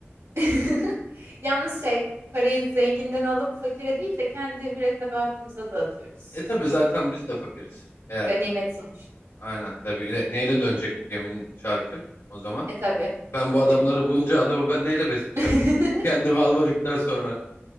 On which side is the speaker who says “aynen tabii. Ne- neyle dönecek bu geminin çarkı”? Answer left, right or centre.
Left